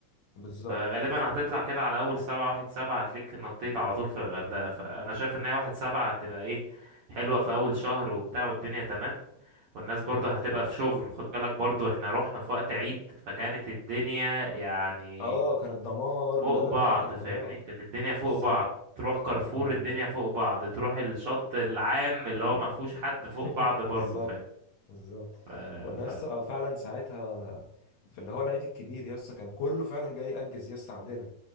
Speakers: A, on the left; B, on the right.
A: بالظبط
B: فغالبا هتطلع كده على اول سبعة واحد سبعة هتلاقيك نطيت على طول في الغردقة فانا شايف ان هي واحد سبعة هتبقى ايه حلوة في اول شهر وبتاع والدنيا تمام والناس برضه
A: امم
B: هتبقى في شغل خد بالك برضه احنا رحنا في وقت عيد فكانت الدنيا يعني
A: اه كانت دمار
B: فوق
A: لا لا
B: بعض
A: لا لا، كانت
B: فاهمني
A: دمار
B: كانت الدنيا فوق
A: بالظبط
B: بعض تروح كارفور
A: يا نهار
B: الدنيا
A: ابيض
B: فوق بعض تروح الشط العام اللي هو ما فيهوش حد فوق
A: <laughs>
B: بعض برضه
A: بالظبط
B: فاهم
A: بالظبط
B: ف...
A: كنا لسه
B: ف...
A: آه، فعلا ساعتها في اللي هو العيد الكبير يسا كان كله فعلا جاي يأجز يسا عندنا